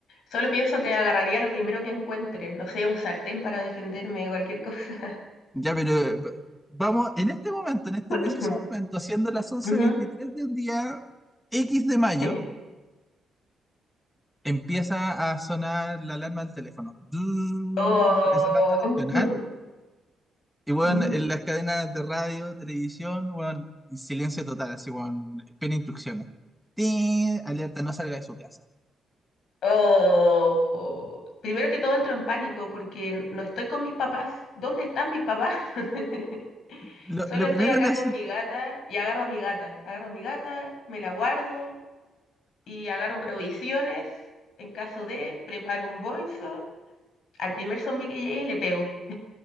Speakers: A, on the left; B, in the centre.
A: Solo pienso que agarraría lo primero que encuentre, no sé, un sartén para defenderme o cualquier cosa.
B: Ya, pero eh, va- vamos en este momento, en este
A: <laughs>
B: preciso momento, siendo las once
A: Ujú.
B: veintitrés de un día X de mayo,
A: <laughs>
B: empieza a sonar la alarma del teléfono. Zzzz,
A: Oh,
B: Es la alarma nacional.
A: <laughs>
B: Y bueno,
A: Ujú.
B: en las cadenas de radio, televisión, bueno, y silencio total, así, bueno, espera instrucciones. Tin, Alerta, no salga de su casa.
A: oh. Primero que todo entro en pánico porque no estoy con mis papás. ¿Dónde están mis papás? <laughs>
B: Lo,
A: Solo
B: lo
A: estoy
B: primero
A: acá
B: no es.
A: con mi gata y agarro a mi gata. Agarro a mi gata, me la guardo y agarro provisiones. En caso de, preparo un bolso. Al primer zombie que llegue le pego.